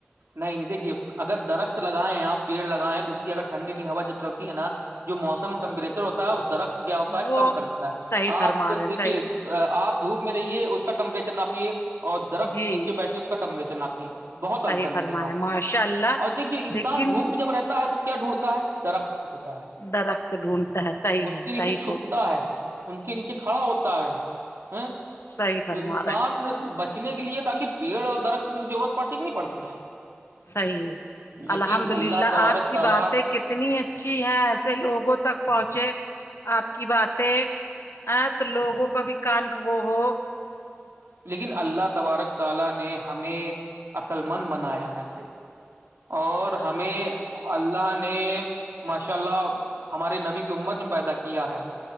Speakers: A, on the right; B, on the left.
A: نہیں نہیں دیکھیے اگر درخت لگائے ہیں آپ پیڑ لگائےیں تو اس کی اگر ٹھنڈی ہوا جب چلتی ہے نا جو موسم ٹمپریچر ہوتا ہے وہ درخت کیا ہوتا ہے
B: وہ
A: کم کر دیتا ہے
B: صحیح
A: آپ
B: فرما رہے
A: دیکھیے
B: صحیح
A: آپ دھوپ میں رہیے اس کا ٹمپریچر ناپیے اور درخت
B: جی
A: نیچے بیٹھی اس کا ٹمپریچر ناپیے بہت انتر
B: صحیح فرمایا
A: ملے گا آپ کو
B: ماشاء اللہ
A: اور دیکھیے انسان
B: لیکن
A: دھوپ میں جب رہتا ہے تو کیا ڈھونڈتا ہے درخت ڈڑتا ہے
B: درخت ڈھونڈتا ہے صحی
A: اس
B: ہے
A: کے نیچے
B: صحیح
A: چھپتا
B: ف
A: ہے ان کے نیچے کھڑا ہوتا ہے ہ
B: صحیح فرما
A: تو انسان
B: رہے
A: بچ پچنے کے لیے تاکہ پیڑ اور درخت کی ضرورت پڑتی کی نہیں پڑتی ہے
B: صحیح
A: لیکن
B: الحمد
A: اللہ
B: للہ
A: تبارک
B: آپ کی
A: تعالیٰ
B: باتیں کتنی ا ا جی ہیں ایسے لوگوں تک پہنچے آپ کی باتیں ا تو لوگوں کا بھی کانک وہ ہو
A: لیکن اللہ تبارک تعالی نے ہمیں عقل مند بنایا ہے اور ہمیں اللہ نے ماشاء اللہ ہمارے نبی کی امت نے پیدا کیا ہے